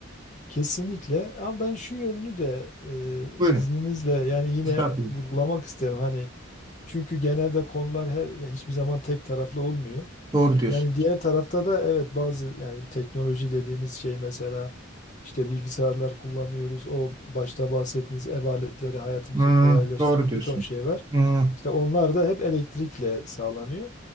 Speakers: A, on the left; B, on the right.
A: Kesinlikle ama ben şu yönünü de e,
B: Buyurun.
A: izninizle yani yine
B: Mustafa
A: vurgulamak isterim. Hani Çünkü genelde konular her, ya hiçbir zaman tek taraflı olmuyor.
B: Doğru diyorsun.
A: Yani diğer tarafta da evet bazı yani teknoloji dediğimiz şey mesela işte bilgisayarlar kullanıyoruz. O başta bahsettiğiniz ev aletleri hayatımızı
B: Hmm,
A: kolaylaştıran
B: doğru diyorsun.
A: bir ton şey var.
B: Hmm,
A: İşte onlar da hep elektrikle sağlanıyor.